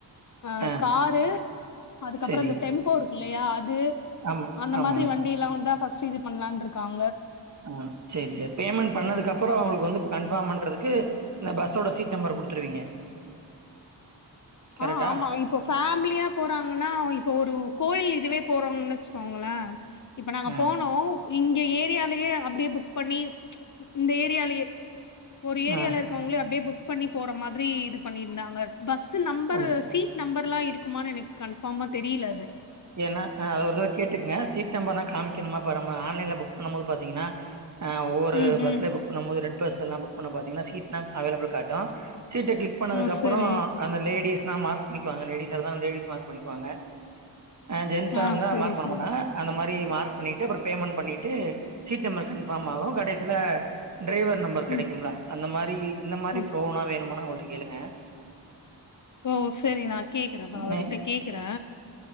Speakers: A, on the left (about 45°); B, on the right (about 40°).
A: அ
B: ஆ
A: காரு அதுக்கப்புறோ
B: சரி
A: இந்த டெம்போ இருக் ல்லையா அது
B: ஆமா
A: அந்த
B: ஆமா
A: மாதிரி வண்டில்லா வந்தா ஃப்ர்ஸ்ட் இது பண்ணலான்ட்ருக்காங்க
B: ஆ சேரி சேரி பேமெண்ட் பண்ணதுக்கு அப்பற அவங்களுக்கு வந்து கன்ஃபார்ம் பண்றதுக்கு இந்த பஸ்ஸோட சீட் நம்பர் குடுத்துருவீங்க கரெக்டா
A: ஆ ஆமா இப்ப ஃபேமிலியா போறாங்கன்னா இப்ப ஒரு கோயில் இதுவே போறாங்கன்னு வச்சுக்கோங்கலே இப்ப நாங்க
B: ஆ
A: போனோ இங்க ஏரியாலயே அப்டியே புக் பண்ணி ச் இந்த ஏரியாலயே ஒரு ஏரியால
B: ஆ
A: இருக்காவங்களே அப்டியே புக் புக் பண்ணி போற மாத்ரி இது பண்ணியிருந்தாங்க பஸ் த் நம்பரு
B: ஓ ச
A: சீட் நம்பர்ல்லா ட்டுக்குமானு எனக்கு கன்ஃபார்மா தெரீல
B: ஏன்னா அதது ஒரு இத கேட்டுக்கங்க சீட் நம்பர்னா காமிக்கணுமா ப்ப நம்ம ஆன்லைன்ல புக் பண்ணும் போது பாத்தீங்கன்னா ஆ ஒவ்வொரு
A: ம்
B: பஸ்லய
A: ம்
B: புக் பண்ண போது ரெண் வேட்பஸ்ல்லா புக் பண்ண ப பாத்தீங்கன்னா சீட்ல்லா அவைலபிள் காட்டு சீட்ட க்ளிக் பண்ணதுக்கு
A: ஆ
B: அப்பற
A: சரி
B: அந்த லேடிஸ் நா மார்க் பண்ணி அவங்க லேடீஸா இருந்தா லேடிஸ் மார்க் பண்ணிக்குவாங்க அ ஜென்ஸா
A: ஆ
B: இருந்தா
A: சரி
B: மார்க் பண்ணமாட்டாங்க
A: சரி
B: அந்த மாரி தி மார்க் பண்ணிட்டு அப்பற பேமெண்ட் பண்ணிட்டு சீட் நம்பர் கன்பார்ம் ஆகு கடைசில டிரைவர் நம்பர் கெடைக்கும்ங்களா
A: ம்
B: அந்த மாரி இந்த மாரி
A: ம்
B: ப்ளோனா வேணும்னா ஒடி கேளுங்க
A: ஓ சரி நா கேக்கறேன்ங்க அவர்ட்ட
B: அஹ்
A: கேக்கற